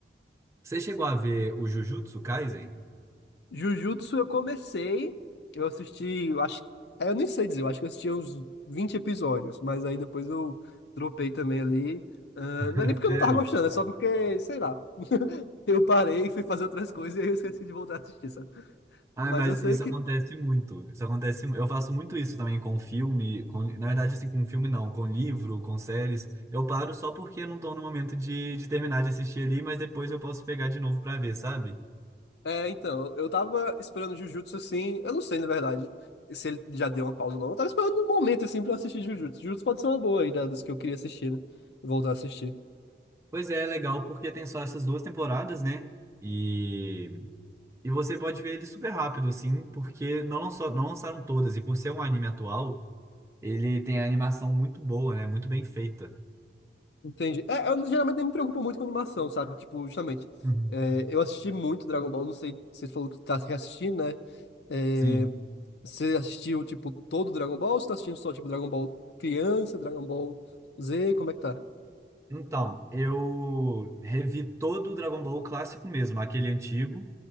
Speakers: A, on the right; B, on the left.
A: Você chegou a ver o Jujutsu Kaisen?
B: Jujutsu eu comecei, eu assisti, eu acho, é, eu nem sei dizer, eu acho que eu assisti uns 20 episódios, mas aí depois eu dropei também ali. Ahn,
A: <laughs>
B: não é nem porque
A: Sério?
B: eu não tava gostando, é só porque, sei lá, <laughs> eu parei, fui fazer outras coisas e aí eu esqueci de voltar a assistir, sabe?
A: Ah,
B: Mas
A: mas
B: eu sei
A: isso
B: que
A: acontece muito. Isso acontece. mu- Eu faço muito isso também com filme, com, na verdade, assim, com filme não, com livro, com séries. Eu paro só porque eu não tô no momento de, de terminar de assistir ali, mas depois eu posso pegar de novo pra ver, sabe?
B: É, então, eu tava esperando Jujutsu assim. Eu não sei, na verdade, se ele já deu uma pausa ou não. Eu tava esperando um momento assim pra eu assistir Jujutsu. Jujutsu pode ser uma boa aí, né, dos que eu queria assistir, né? Voltar a assistir.
A: Pois é, é legal porque tem só essas duas temporadas, né? E, e você pode ver ele super rápido, assim, porque não, lançou, não lançaram todas. E por ser um anime atual. Ele tem a animação muito boa, né? Muito bem feita.
B: Entendi. É, eu geralmente nem me preocupo muito com animação, sabe? Tipo, justamente.
A: Uhum.
B: é, eu assisti muito Dragon Ball, não sei, você falou que tá reassistindo, né? É,
A: Sim.
B: você assistiu, tipo, todo Dragon Ball ou você tá assistindo só, tipo, Dragon Ball criança, Dragon Ball Z? Como é que tá?
A: Então, eu revi todo o Dragon Ball clássico mesmo, aquele antigo,